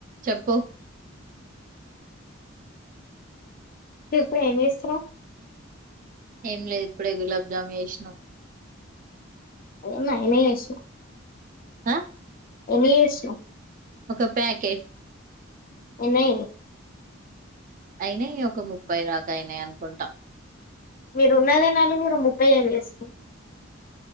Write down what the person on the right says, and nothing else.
చెప్పు
ఏం లేదు ఇప్పుడే గులాబ్జాము చేసిన
ఆ
ఒక ప్యాకెట్
అయిన ఈ ఒక ముప్పై దాకా అయినే అనుకుంటా